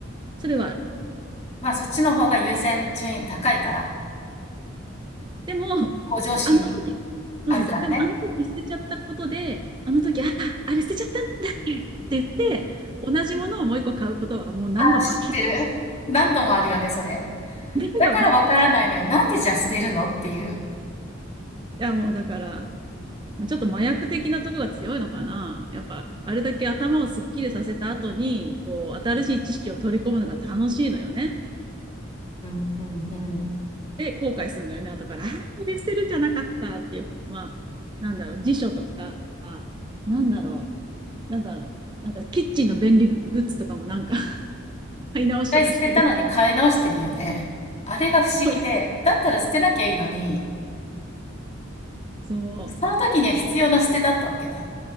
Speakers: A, on the right (about 25°); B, on the left (about 35°).
A: それはある。
B: まあ、そっちの方が優先順位高いから、
A: でも、
B: 向上心
A: あの時、そうそうそう、
B: あるからね。
A: でもあの時捨てちゃったことで、あの時、あ、あれ捨てちゃったんだっけって言って、同じものをもう一個買うことはもう何度もある。
B: ああ、知ってる。何度もあるよね、それ。
A: <laughs> 何度も。
B: だからわからないのよ。
A: い
B: なんでじゃあ捨てるのっていう。
A: や、もうだから、ちょっと麻薬的なとこが強いのかな。やっぱ、あれだけ頭をすっきりさせた後に、こう、新しい知識を取り込むのが楽しいのよね。
B: うん、うん、うん。
A: で、後悔するのよね、後から。ああ、これ捨てるんじゃなかったっていう、まあ、なんだろう、辞書とか、なんだろう、なんだろう、なんかキッチンの便利グッズとかもなんか買い直しとかしてる。
B: 一回捨てたのに買い直してるよね。あれが不思議で、
A: そう、
B: だったら捨てなきゃいいのに、
A: そう、
B: その時には必要な捨てだったわけだ。